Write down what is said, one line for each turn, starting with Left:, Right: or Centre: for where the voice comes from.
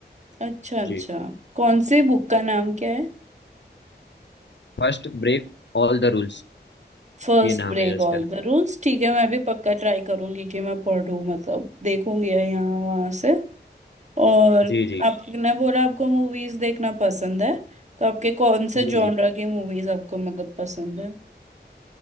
Right: अच्छा अच्छा
Left: जी
Right: कौन से बुक का नाम क्या है
Left: First break all the rules
Right: First
Left: ये नाम
Right: break
Left: है उसका
Right: all the rules ठीक है मैं भी पक्का ट्राई करूंगी कि मैं पढ़ूं मतलब देखूंगी यहाँ वहां से और
Left: जी जी
Right: आपने बोला आपको मूवीज देखना पसंद है तो आपके कौन से
Left: जी
Right: जॉनरा
Left: जी
Right: की मूवीज आपको मतलब पसंद है